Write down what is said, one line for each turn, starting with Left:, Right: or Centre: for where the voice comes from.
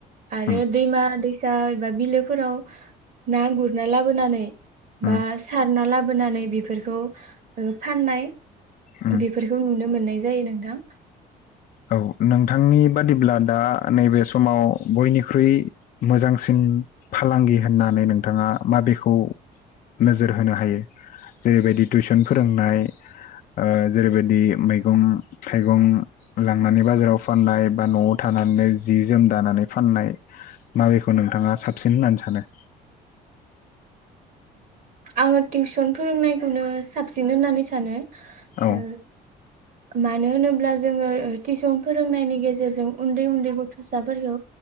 Right: आरो
Left: उम
Right: दैमा दैसा दा एबा बिलोफोराव ना गुरना लाबोनानै
Left: उम
Right: बा सारना लाब बोनानै बेफोरखौ ओ फाननाय
Left: उम
Right: बेफोरखौ नुनो मोननाय जायो नोंथां
Left: औ नोंथांनि बादिब्ला दा नैबे समाव बयनिख्रुइ मोजांसिन फालांगि होननानै नोंथाङा माबेखौ नोजोर होनो हायो जेरैबायदि टिुउसन फोरोंनाय ओ जेरैबायदि मैगं थाइगं। लांनानै बाजाराव फाननाय बा नआव थानानैनो जि जोम दानानै फाननाय माबैखौ नोंथाङा साबसिन होननानै सानो।
Right: आङो टिउसन फोरोंनायखौनो साबसिन होननानै सानो। ओ
Left: औ
Right: मानो होनोब्ला जोङो टिउसन फोरोंनायनि गेजेरजों उन्दै उन्दै गथसाफोरखौ